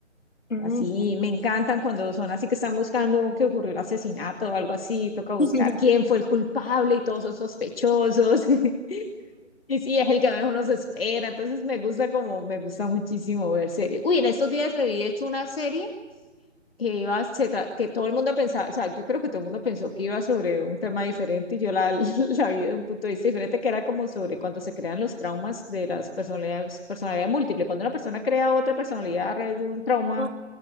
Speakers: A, on the left; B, on the left.
A: Mm.
B: Así me encantan cuando son así que están buscando que ocurrió un asesinato o algo así. Toca buscar
A: <laughs>
B: quién fue el culpable y todos son sospechosos. <laughs> Y sí, es el que menos uno se espera. Entonces me gusta como, me gusta muchísimo ver series. Uy, en estos días me vi de hecho una serie que iba, se tra- que todo el mundo pensaba, o sea, yo creo que todo el mundo pensó que iba sobre un tema diferente y yo la, <laughs> la vi de un punto de vista diferente, que era como sobre cuando se crean los traumas de las personalidades, personalidad múltiple, cuando una persona crea otra personalidad a través de un trauma,
A: Ok,